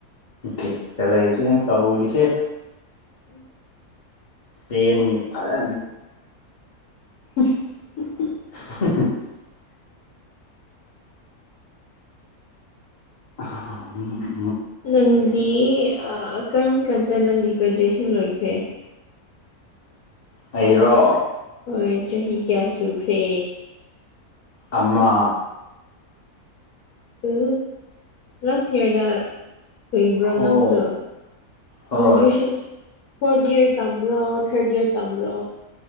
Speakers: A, on the left (about 35°); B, on the left (about 75°).
A: ꯕꯤꯀ ꯂꯩꯇꯅ ꯇꯧꯔꯤꯁꯦ
B: ꯎꯝ
A: ꯇꯦꯟ ꯐꯒ
B: <unintelligible>
A: <unintelligible> ꯑ ꯎꯝ
B: ꯅꯪꯗꯤ ꯀꯔꯝ ꯀꯥꯟꯗ ꯅꯪꯒꯤ ꯒ꯭ꯔꯦꯖꯨꯋꯦꯁꯟ ꯂꯣꯏꯈ꯭ꯔꯦ
A: ꯑꯩꯔꯣ
B: ꯍꯣꯏ ꯆꯍꯤ ꯀꯌꯥ ꯁꯨꯈ꯭ꯔꯦ
A: ꯑꯃ
B: ꯎ ꯔꯁꯤ ꯌꯥꯔꯗ ꯍꯩꯕ꯭ꯔꯣꯅꯥꯁ
A: ꯍꯣꯏ ꯍꯣꯏ
B: ꯒ꯭ꯔꯦꯖꯨꯋꯌꯦꯁꯟ ꯐꯣꯔꯠ ꯏꯌꯔ ꯇꯝꯕ꯭ꯔꯣ ꯊꯥꯔꯠ ꯏꯌꯥꯔ ꯇꯝꯕ꯭ꯔꯣ